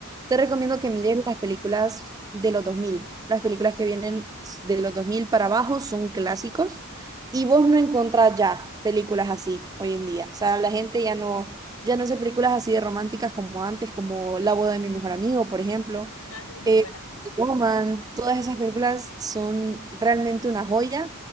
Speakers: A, on the right (about 15°); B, on the left (about 80°).
A: te recomiendo que mires las películas de los dos mil Las películas que vienen de los 2000 para abajo son clásicos y vos no encontrás ya películas así hoy en día. O sea, la gente ya no, ya no hace películas así de románticas como antes, como La boda de mi mejor amigo, por ejemplo.
B: Ah, esa sí es muy
A: Eh,
B: buena.
A: Woman, todas esas películas son realmente una joya